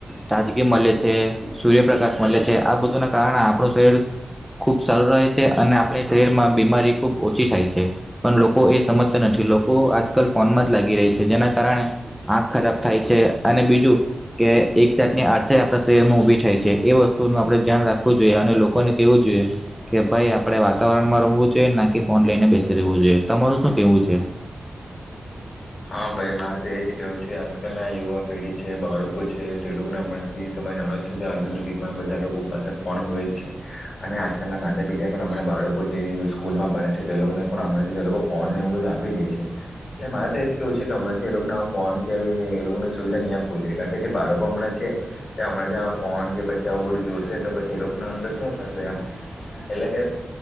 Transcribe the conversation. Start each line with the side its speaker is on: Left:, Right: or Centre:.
Centre: તાજગી મળે છે સૂર્યપ્રકાશ મળે છે આ બધુંનાં કારણે આપણું શરીર ખૂબ સારું રહે છે અને આપણે શરીરમાં બીમારી ખૂબ ઓછી થાય છે પણ લોકો એ સમજતા નથી. લોકો આજકાલ ફોનમાં જ લાગી રેય છે જેના કારણે આંખ ખરાબ થાય છે અને બીજું કે એક જાતની આડસાય આપણાં શરીરમાં ઉભી થાય છે એ વસ્તુનું આપણે ધ્યાન રાખવું જોઈએ અને લોકોને કેવું જોઈએ કે ભાઈ આપણે વાતાવરણમાં રમવું જોઈએ નાકે ફોન લઈને બેસી રહેવું જોઈએ તમારું શું કેહવું છે?
Left: હા ભાઈ, મારે તો એજ કેવું છે આજકાલના યુવા પેઢી છે, બાળકો છે તે લોકને હમણાંથી તમે જાણો છો કે આધુનિકયુગમાં બધાં લોકો પાસે ફોન હોય જ છે અને આજકાલનાં માતા પિતા પણ હમણાં બાળકો જે સ્કૂલમાં ભણે છે તે લોકને પણ હમણાંથી જ એ લોકો ફોનને એવું બધું આપી દે છે એટલે મારે એજ કેવું છે કે હમણાંથી એ લોકને આ ફોન કે આવી એ લોકોને સુવિધા ની આપવી જોઈએ કારણ કે જે બાળકો હમણાં છે તે હમણાં જેં ફોન કે પછી આવું બધું જોશે તો પછી એ લોકોના અંદર શું થશે એમ એટલે કે